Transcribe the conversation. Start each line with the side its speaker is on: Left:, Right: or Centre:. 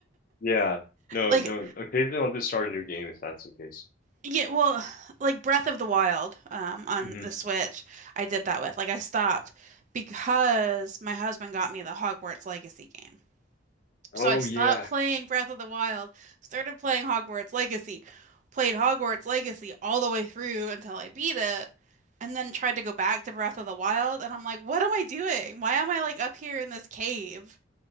Left: Yeah. No,
Right: Like,
Left: no. Occasionally I'll just start a new game if that's the case.
Right: yeah, well, like Breath of the Wild um, on
Left: hmm
Right: the Switch, I did that with. Like, I stopped because my husband got me the Hogwarts Legacy game.
Left: Oh
Right: So I stopped
Left: yeah.
Right: playing Breath of the Wild, started playing Hogwarts Legacy, played Hogwarts Legacy all the way through until I beat it, and then tried to go back to Breath of the Wild, and I'm like, what am I doing? Why am I like up here in this cave?